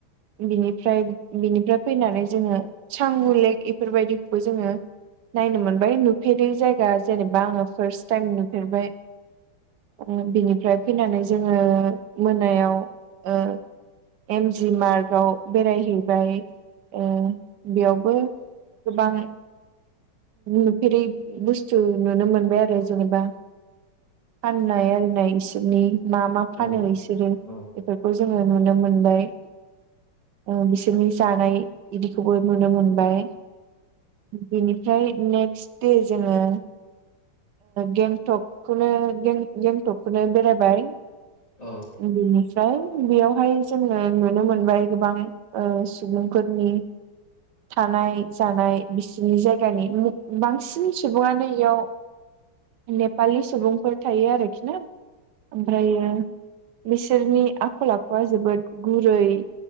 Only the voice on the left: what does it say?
औ ओं
औ
औ